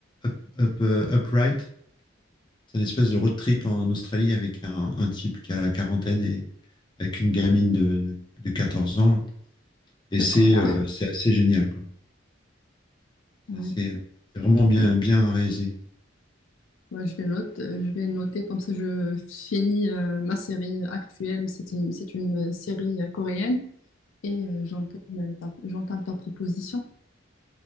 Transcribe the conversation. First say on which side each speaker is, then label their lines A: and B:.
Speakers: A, on the left (about 20°); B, on the left (about 80°).
A: Up, Up, euh, Upright. C'est une espèce de road trip en Australie avec un, un type qui a la quarantaine et avec une gamine de, de quatorze ans. là. Et
B: d'accord.
A: c'est euh, Ouais. c'est assez génial, quoi.
B: Ouais.
A: C'est assez, euh, c'est vraiment bien, bien réalisé.
B: Ouais, je vais note, euh, je vais noter comme ça je finis euh, ma série actuelle. C'est une, c'est une euh, série euh, coréenne et euh, j'entame euh, ta j'entame ta proposition.